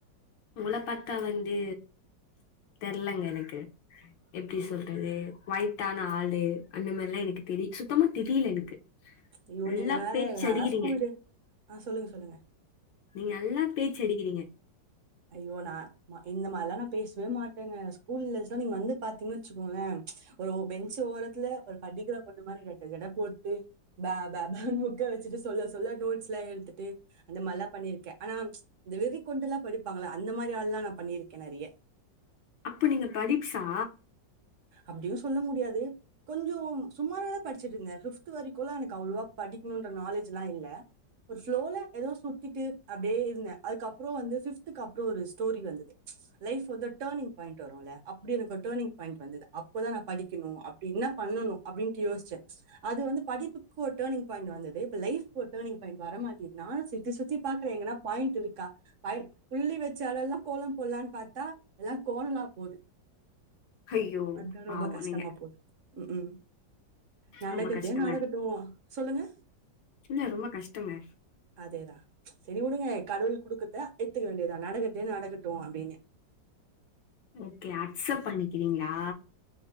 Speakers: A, on the left (about 75°); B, on the right (about 55°).
A: உங்கள பாத்தா வந்து தெர்லங்க எனக்கு எப்டி சொல்றது கொய்ட்டான ஆளு அந்த மாரிலா எனக்கு தெரிய சுத்தமா தெரிய்ல எனக்கு
B: ஐயோ
A: நல்லா
B: நீங்க வேற
A: பேச்சு
B: நாலா
A: அடிக்கிறீங்க
B: ஸ்கூல்டே அ சொல்லுங்க சொல்லுங்க
A: நீங் நல்லா பேச்சு அடிக்கிறீங்க
B: ஐயோ நா இந்த மார்லா நா பேஸ்வே மாட் ஸ்கூல் டேஸ்ல நீங்க வந்து பாத்தீங்கன்னு வச்சுக்கோங்களே ஒரு பெஞ்சு ஓரத்ல ஒரு படிக்கிற பொண்ணு மாரி ரெட்ட ஜட போட் பே பே பேன் ஃபுக்க வெச் சிடு சொல்ல சொல்ல நோட்ஸ்லா எடுத்துட்டு அந்த மார்லா பண்ணிர்க்க அனா இந்த வெறி கொண்டுலா படிப்பாங்களா அந்த மாரி ஆள்ளா நா பண்ணிருக்க நறிய
A: அப்பு நீங்க படிப்சா
B: அப்டியு சொல்ல முடியாது கொஞ்சோ சுமாரா தா படிச்சுட்ருந்த ஃபிப்த் வரிக்குலா எனக்கு அவ்ள்வா படிக்கணும்ன்ற நாலேஜ் எல்லா இல்ல ஒரு ஃப்ளோல எதோ சுத்திட்டு அப்டடே இருந்த அதுக்கப்புற வந்து ஃபிப்த் துக்கு அப்றோ ஒரு ஸ்டோரி வந்தது லைஃப் வந்து டோனிங் பாயிண்ட் வரும்ல அப்டி எனக்கு ஒரு டோனிங் பாயிண்ட் வந்தது அப்பதா நா படிக்கிணு அப்டின்ன பண்ணனு அப்டின்டு யோசிச்சே அது வந்து படிப்புக்கு ஒரு டோனிங் பாயிண்ட் வந்தது இப்ப லைஃப்கு ஒரு டோனிங் பாயிண்ட் வர மாட்டிது நானு சுத்தி சுத்தி பாக்குற எங்கனா பாயிண்ட் இருக்கா பா புள்ளி வச்ச எடல்லா கோலம் போட்லான் பாத்தா எல்லான் கோனலா போது
A: ஐயோ
B: அது தா
A: பாவோ
B: ரொம்ப கஷ்டமா
A: நீங்க
B: போது ம் ம் நடகத்தே
A: ரொம்ப கஷ்டங்க
B: நடகட்டு சொல்லுங்க
A: இல்ல ரொம்ப கஷ்டங்க
B: அதேதா செரி உடுங்க கடவுள் குடுக்கத்த ஏத்துக்க வேண்டியதா நடக்கத்தே நடக்கட்டு அப்டின்னு
A: ஓகே அக்சப்ட் பண்ணிக்கிறீங்களா